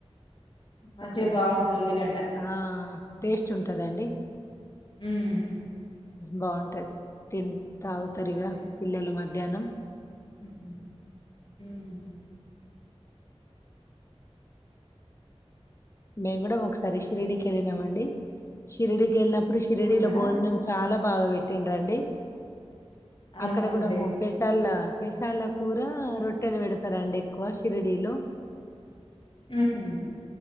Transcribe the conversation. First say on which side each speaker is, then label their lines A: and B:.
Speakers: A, on the left; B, on the left.
A: మజ్జిగ
B: ఒక
A: బావుంటది ఉల్లిగడ్డ.
B: ఆ టేస్ట్ ఉంటదండి
A: హ్మ్.
B: బాగుంటది తి తాగుతరిగా
A: అవునండి.
B: పిల్లలు మధ్యాహ్నం
A: హ్మ్
B: మేము కూడా ఒకసారి షిరిడికి వెళ్ళినమండి షిరిడికి వెళ్ళిన ఇప్పుడు షిరడిలో
A: అవునా?
B: భోజనం చాలా బాగా పెట్టిడ్రండి
A: అవునా
B: అక్కడ
A: అండి.
B: కూడా ముప్పేసల్ళ పెసల్ల కూర రొట్టెలు పెడతారండి ఎక్కువ షిరిడిలో
A: ఉహూ